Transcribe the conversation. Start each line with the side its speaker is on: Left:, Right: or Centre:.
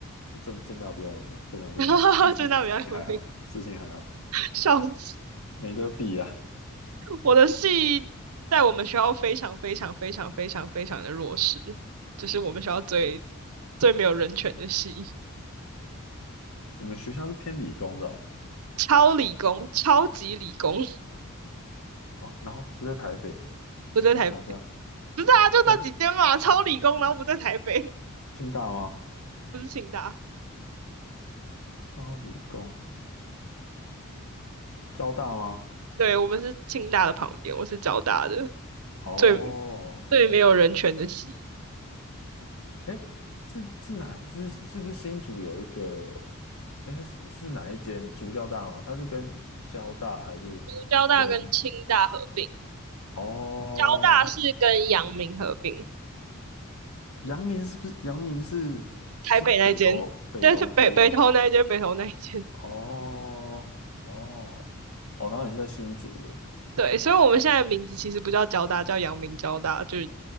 Left: 正正大比较有名，正大比较有名，
Right: <laughs>
Left: 私信私信还好，
Right: 正大比较有名。
Left: 私信还好。
Right: 笑死，
Left: 没得比啊！
Right: 我的系在我们学校非常非常非常非常非常的弱势，就是我们学校最最没有人权的系，
Left: 你们学校是偏理工的哦，
Right: 超理工，超级理工。
Left: 哦，然后不在台北，
Right: 不在台，
Left: 我想想，
Right: 不是啊，就那几间嘛，
Left: 要不
Right: 超理工，然后不在台北，
Left: 清大吗？
Right: 不是清大，
Left: 超理工，交大吗？
Right: 对，我们是清大的旁边，我是交大的，
Left: 哦，
Right: 最最没有人权的系，
Left: 哎，是是哪是是不是新竹有一个？哎，是是哪一间竹交大吗？它是跟交大还是跟
Right: 就是交大跟清大合并，
Left: 哦？
Right: 交大是跟阳明合并，
Left: 阳明是不是阳明是是北投北投也有
Right: 台北那间，但是北北投那一间，北投那一间，
Left: 哦哦哦，然后你是在新竹的。
Right: 对，所以我们现在的名字其实不叫交大，叫阳明交大，就是